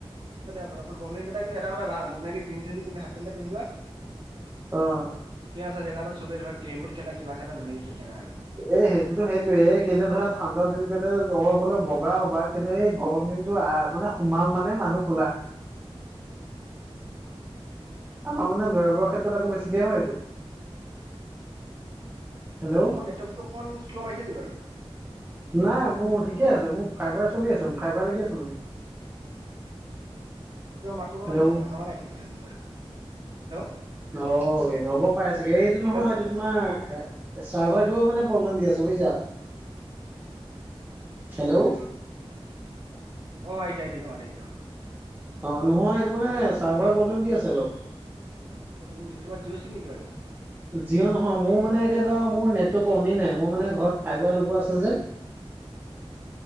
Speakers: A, on the right; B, on the right.
A: সকলোৱে আকৌ গৰম দিন কেটা কিন্তু এটা কথা ভাল ধুনীয়াকে গেঞ্জী চেঞ্জী পিন্ধি হাফপেণ্ট এটা পিন্ধি লোৱা। তুমি
B: অ
A: আছা জেগাৰত চবে ধৰা কেমবৰ্ড খেলা কিবা খেলা ধুনীয়াকে খেলি থাকা আৰু। বিন্দাছ
B: এ সেইটোতো সেইটোৱে কিন্তু ধৰা ঠাণ্ডা দিন তেত দৰকাৰ হ'লে বগা হ'বা কিন্তু এই গৰম দিনটো অহ, মানে সোমাল মানে মানুহ ক'লা। <inaudible>
A: সেইয়ে তাকে
B: আমাৰ
A: তাকে
B: মানে ল'ৰাবোৰৰ ক্ষেত্ৰত আকৌ বেছিকে হয় এইটো। হেল্ল'
A: তোমাৰ নেটৱৰ্কটো অকমান শ্ল' মাৰিছে নেকি বাৰু?
B: নাই মোৰ
A: হেল্ল'
B: ঠিকে আছে, মোৰ ফাইবাৰ চলি আছে-ফাইবাৰ লাগি আছে মানে।
A: তোমাৰ মাতটো অকমান
B: হেল্ল'
A: মানে ফাটা-ভা-ভাঙা লাগিছে মোবাইলত। হেল্ল'
B: অ', হ'ব পাৰে চাগে, এইটো নহয়
A: হেল্ল'
B: এইটো তোমাৰ চাৰ্ভাৰটোৱেও মানে প্ৰব্লেম দি আছে বুজিছা? হেল্ল'
A: হেল্ল', অ' আহিছে আহিছে, এতিয়া মাত আহিছে অ'।
B: অ', নহয়, এইটো মানে চাৰ্ভাৰ
A: হেল্ল'
B: প্ৰব্লেম দি আছে অলপ।
A: অ' নেটৱৰ্ক প্ৰব্লেম দিছে তোমাৰ জিঅ' চিম নেকি বাৰু?
B: জিঅ' নহয়, মোৰ মানে এতিয়া ধৰা মোৰ নেটৱৰ্ক অনেই নাই, মোৰ মানে ঘৰত ফাইবাৰ লগোৱা আছে যে। <inaudible>